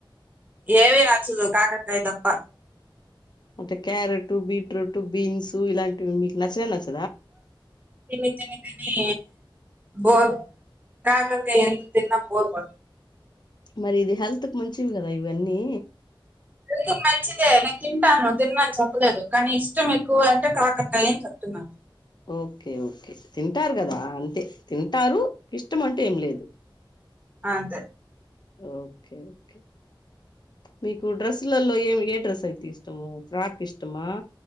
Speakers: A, on the right; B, on the left.
A: ఏవి నచ్చదు కాకరకాయ తప్ప
B: అంటే క్యారెట్టు బీట్రూటు బీన్సు ఇలాంటివి మీకు నచ్చనేనచ్చ
A: తిని తిని తినీ బోర్ కాకరకాయ ఎంత తిన్నా బోర్ కొట్
B: మరి ఇది హెల్త్ కి మంచివి కదా ఇవన్నీ
A: ఇది మంచిదే నేను తింటాను తిననని చెప్పలేదు కానీ ఇష్టం ఎక్కువ అంటే కాకరకాయని చెప్తున్నాను
B: ఓకే ఓకే తింటారు కదా అంతే తింటారు ఇష్టం అంటూ ఏం లేదు
A: అంతే
B: ఓకే ఓకే మీకు డ్రెస్సులలో ఏం ఏ డ్రస్ అయితే ఇష్టము ఫ్రాక్ ఇష్టమా